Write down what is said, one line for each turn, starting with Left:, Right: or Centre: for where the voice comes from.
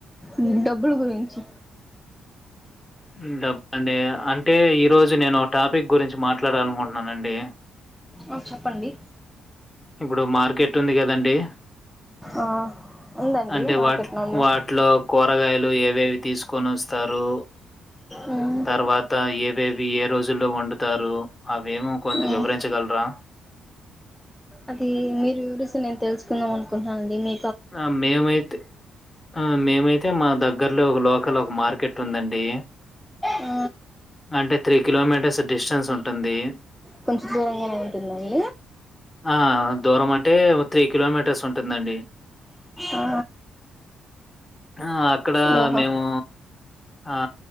Centre: ఊ డబ్బులు గురించి
Left: ఊ డబ్బండయ అంటే ఈరోజు నేను టాపిక్ గురించి మాట్లాడాలనుకుం అవునండి
Centre: ఆ చెప్పండి
Left: ఇప్పుడు మార్కెట్ ఉంది కదండి
Centre: ఆ ఉందండి
Left: అంటే
Centre: మార్కెట్
Left: వాటి
Centre: నుండి
Left: వాటి వాటిలో కూరగాయలు ఏవేవి తీసుకొని వస్తారు
Centre: మ్మ్
Left: తర్వాత ఏవేవి ఏ రోజుల్లో వండుతారు అవే మో కొంచం
Centre: మ్మ్
Left: వివరించగలరా
Centre: అది మీరు వివరిస్తే నేను తెలుసుకుందాం అనుకుంటననండి మీ
Left: ఆ మేమైతే ఆ మేమైతే మా దగ్గర్లో ఒక లోకల్ ఒక మార్కెట్ ఉందండి
Centre: ఆ
Left: అంటే త్రీ కిలోమీటర్స్ డిస్టెన్స్ ఉంటుంది
Centre: కొంచెం దూరంగానే ఉంటుందండి
Left: ఆ దూరం అంటే ఒక త్రీ కిలోమీటర్స్ ఉంటుందండి
Centre: ఆ
Left: ఆ అక్కడ
Centre: ఓహో
Left: మేము అ ఆ